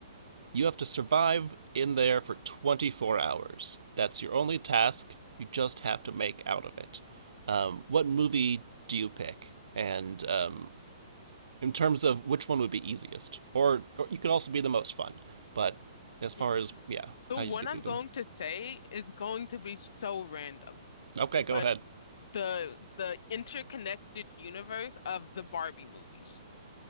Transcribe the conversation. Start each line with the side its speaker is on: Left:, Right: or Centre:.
Right: You have to survive in there for 24 hours. That's your only task. You just have to make out of it. Um, what movie do you pick, and um, in terms of which one would be easiest, or or you could also be the most fun. But as far
Left: Yeah.
Right: as yeah,
Left: The
Right: how
Left: one
Right: you get
Left: I'm
Right: through them.
Left: going to say is going to be so random,
Right: Okay,
Left: but
Right: go ahead.
Left: the the interconnected universe of the Barbie movies.